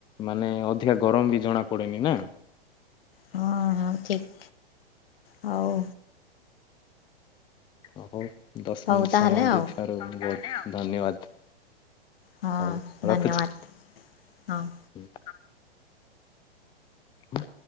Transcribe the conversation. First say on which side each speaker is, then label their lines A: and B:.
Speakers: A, on the left (about 15°); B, on the left (about 65°).
A: ମାନେ ଅଧିକା ଗରମ ବି ଜଣା ପଡେନି ନା।
B: ହଁ ହଁ ଠିକ୍। ହଉ।
A: ହଉ ଦଶ
B: ହଉ
A: ମିନିଟ୍
B: ତାହେଲେ
A: ସମୟ ଦେଇଥିବାରୁ
B: ଆଉ
A: ବହୁତ ଧନ୍ୟବାଦ।
B: ହଁ
A: ହଉ
B: ଧନ୍ୟବାଦ
A: ରଖୁଛି
B: ହଁ।
A: ହୁଁ। ହୁଁ।